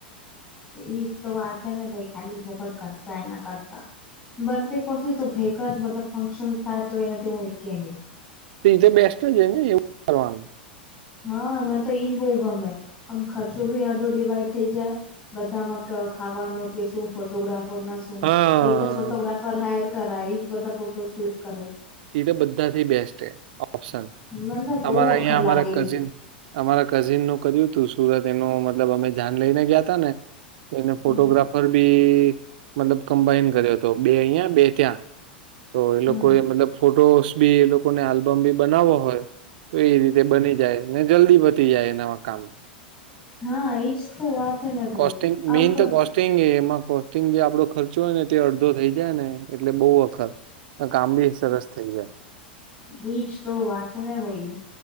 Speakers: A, on the left (about 25°); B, on the right (about 65°).
A: ઈજ તો વાત હે ને ભાઈ ખાલી પોખડ કરતા એ ના કરતા બનતી કોશ તો ભેગા બધા ફંક્શન થાય તો એના જે હું એકકીને
B: એતો બેસ્ટ જ ને એવું કરવાનુ
A: હા મને તો ઈજ બહુ ગમે આમ ખર્ચો બી અડધો ડીવાઈડ થઈ જાય બધામાં- ખાવાનો કે શું ફોટોગ્રાફર ના શું
B: હા
A: એક જ ફોટોગ્રાફર હાયર કરાય એજ બધા ફોટોસ ક્લિક કરે.
B: એ તો બધાથી બેસ્ટ છે, ઓપ્શન
A: મને તો બહુ
B: અમારા
A: અખર
B: અહં અમારા
A: લાગે ઈ.
B: કઝિન- અમારા કઝિન નું કર્યું તું સુરત એનું મતલબ અમે જન લઈને ગયા તા ને એને ફોટોગ્રાફર
A: હમ
B: બી મતલબ કમ્બાાઈન કર્યો હતો બે અહિયાં બે ત્યાં તો એ
A: હમ
B: લોકોએ મતલબ ફોટોસ બી એ લોકોને આલ્બમ બી બનાવવો હોય? તો એ રીતે બની જાય ને જલ્દી બતી જાય એ નવા કામ-
A: હા એજ તો વાત- હે ને ભાઈ
B: કોસ્ટિંગ
A: આમ
B: મેઇન તો કોસ્ટ સ્ટિંગ એ એમાં કોસ્ટિંગ જે આપડો ખર્ચો હોય ને તે અડધો થઈ જાય ને એટલે બહુ વખત કામ બી સરસ થઈ જાય!
A: ની જ તો વાત ને ભાઈ-